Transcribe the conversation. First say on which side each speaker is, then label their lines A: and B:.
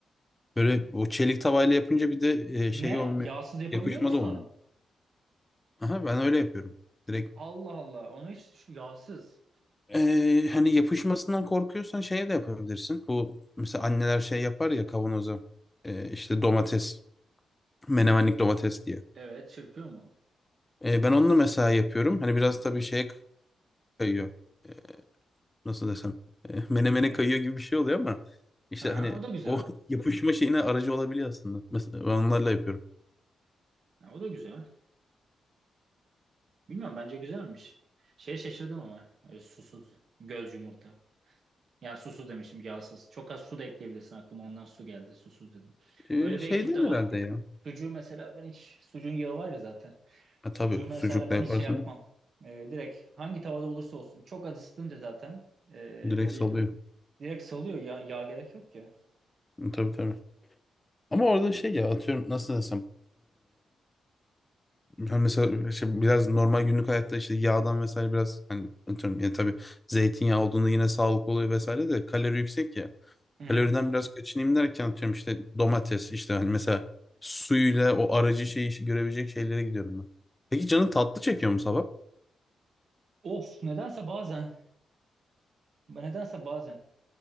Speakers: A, on the left; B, on the right.
A: Böyle o çelik tavayla yapınca bir de e,
B: Ne?
A: şey olmuyor.
B: Yağsız yapabiliyor
A: Yapışma
B: musun
A: da olmuyor.
B: onu?
A: Aha ben öyle yapıyorum. Direkt
B: Allah Allah. Onu hiç düşün. Yağsız.
A: Ee, hani yapışmasından korkuyorsan şeye de yapabilirsin. Bu mesela anneler şey yapar ya kavanoza. Ee, işte domates, menemenlik domates diye.
B: Evet çırpıyor mu?
A: Ee, ben onu mesela yapıyorum. Hani biraz tabii şeye kayıyor. Ee, nasıl desem? Ee, menemene
B: Ne?
A: kayıyor gibi bir şey oluyor ama işte
B: Aha,
A: hani
B: o da güzel.
A: o <laughs> yapışma şeyine aracı olabiliyor aslında. Mesela ben onlarla yapıyorum.
B: Ha, o da güzel. Bilmiyorum bence güzelmiş. Şeye şaşırdım ama öyle susuz göz yumurta. Ya susuz demişim yağsız. Çok az su da ekleyebilirsin aklıma ondan su geldi susuz dedim.
A: Ee,
B: Öyle
A: şeyden
B: bir ekip de var.
A: herhalde ya.
B: Sucuğu mesela ben hiç sucuğun yağı var ya zaten.
A: Ha,
B: Sucuğu
A: tabii
B: mesela
A: sucukla
B: ben
A: yaparsın.
B: hiç şey yapmam. Ee, direkt hangi tavada olursa olsun çok az ısıtınca zaten ee,
A: Direkt
B: bir
A: salıyor.
B: direkt salıyor ya yağ gerek yok ya.
A: Hı, Tabii tabii. Ama orada şey ya atıyorum nasıl desem. Ha mesela işte biraz normal günlük hayatta işte yağdan vesaire biraz hani atıyorum yani tabii zeytinyağı olduğunda yine sağlıklı oluyor vesaire de kalori yüksek ya.
B: Hı hı.
A: Kaloriden biraz kaçınayım derken atıyorum işte domates işte hani mesela suyuyla o aracı şeyi görebilecek şeylere gidiyorum ben. Peki canın tatlı çekiyor mu sabah?
B: Of nedense bazen nedense bazen